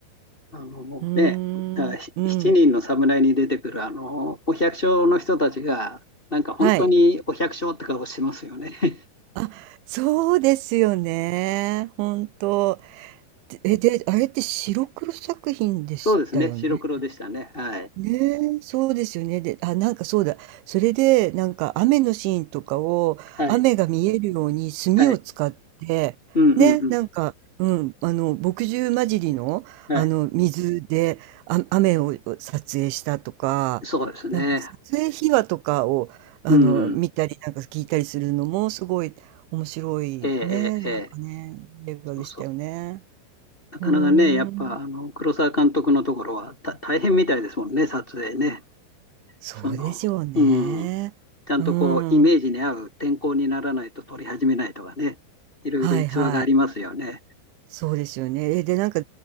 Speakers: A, on the left (about 35°); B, on the right (about 80°).
A: あのね、
B: うーん、
A: だからひ七人の侍に出てくるあのお百姓の人たちが、
B: うん、
A: なんか本当にお百姓って顔してますよね。
B: はい。
A: <laughs>
B: あ、そうですよね、本当でえ、で、あれって白黒作品でしたよね。
A: そうですね、白黒でしたね。はい。
B: ねえ、そうですよね。で、あ、なんかそうだ。それで、なんか雨のシーンとかを、
A: はい。
B: 雨が見えるように墨を使って、
A: はい。うんうんう
B: ね、なんか、うん、あの、墨汁混じりの、
A: ん。はい。
B: あの、水で、あ、雨を撮影したとか、
A: そうですね。
B: なんか撮影秘話とかを、あの、
A: うん。
B: 見たり、なんか聞いたりするのも、すごい面白いね、
A: ええええええ
B: なんかね、映画でしたよね。
A: そうそう。なかなかね、
B: うーん。
A: やっぱあの黒澤監督のところはた大変みたいですもんね、撮影ね。
B: そうでしょうね。
A: その、うん。ちゃんとこう、
B: うー
A: イメージに合う天候にならないと取り始めないとかね、
B: ん。
A: いろいろ逸話がありますよね。
B: はいはい。そうですよね。え、で、なんか